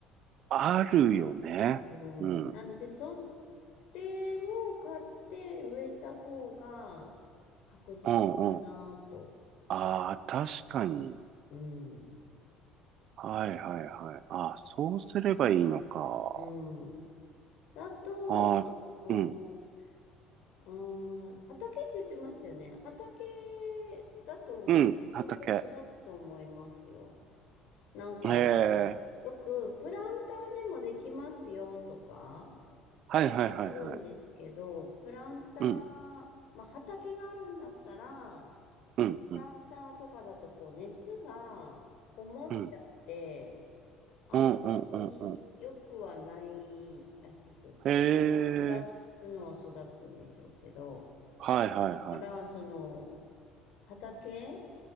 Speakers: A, on the right; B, on the left.
A: あるよね。
B: うん。
A: うん。
B: なんで、
A: う
B: それを買って植えた方が確実かなと。
A: んうん。ああ、確かに。
B: うん。
A: はいはいはい。ああ、そうすればいいのか。
B: うん。だと、
A: ああ、
B: あの、
A: うん。
B: うーん、畑って言ってましたよね。畑だと思うすごい育つと思いますよ。
A: うん、畑。
B: なんか、
A: へえ。
B: あのよくプランターでもできますよとか
A: はいはいはいはい。
B: あるんですけど、プランター、
A: うん、
B: まあ、畑があるんだったら、
A: うん、
B: プランターとかだとこう熱がこもっちゃって、
A: うん、うん。
B: あんまり良くはないらしく
A: うん、うん、うん、うん。へえ、
B: まあ育つのは育つんでしょうけど、
A: はいはいはい。
B: だから、その、畑